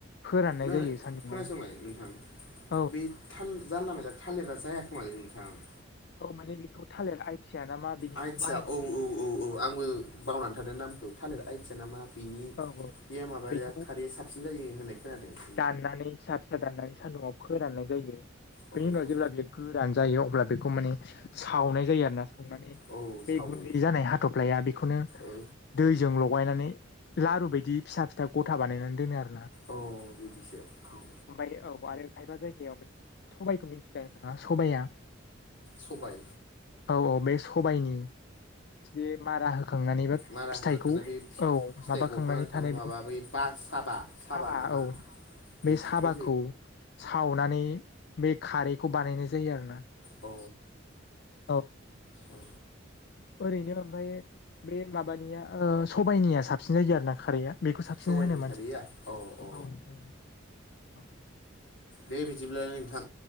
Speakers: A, on the left; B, on the left.
A: फोराननाय
B: नो
A: जायो सान्दुंआव।
B: खोनासंलाय नोंथां बे थाल जानला मेनला थालिरा जायाखोमालै नोंथां।
A: औ माने बेखौ थालिर आइथिया ना मा। बेनिखौ
B: आइथिया
A: बाहायनाय
B: औ औ औ औ आंबो बावनानै थादों नामखौ थालिर आइथिया ना मा। बिनि या
A: औ
B: बेमाबाया
A: बेखौ
B: खारैया साबसिन जायो होननाय खोनादों।
A: दाननानै फिसा फिसा दाननानै सान्दुं आव फोराननाय जायो
B: औ
A: बेनि
B: औ
A: जेब्ला बियो।। गोरान जायो अब्ला बेखौ माने सावनाय जायो आरो ना। सावनानै
B: औ
A: बे
B: सावो
A: गुन्दै जानाय हाथफ्लाया बेखौनो।
B: ओ
A: दैजों लगायनानै लारु बायदि फिसा फिथा गथा बानायनानै दोनो आरो ना।
B: औ बिदिसो औ।
A: ओमफ्राय औ आरो खायफा जायगायाव मानि। सबाइखौ मिथियोना नोंथाङा सबायआ
B: सबाय
A: औ औ बे स सबायनि जे मारा होखांनानै बा
B: मारा
A: फिथाइखौ
B: होखाना थानाय बे
A: औ
B: फिथाइ
A: माबाखांनानै
B: गखांनानै थांनाय
A: थानाय
B: माबा
A: बिदि
B: बै बा साबा
A: साबा
B: नामा
A: औ।
B: बिदिखौ
A: बे साबाखौ सावनानै बे खारैखौ बानायनाय जायो आरोना।
B: अ
A: औ
B: अ
A: ओरैनो ओमफायो। बे माबानिया ओ सबायाइनिया साबसिन जायो आरो ना खारैया। बेखौ साबसिन
B: सबाइनि
A: होनो मानसिफ्रा
B: खारैया
A: औ
B: अ अ
A: नोंथां औ।
B: दे बिदिब्ला नोंथां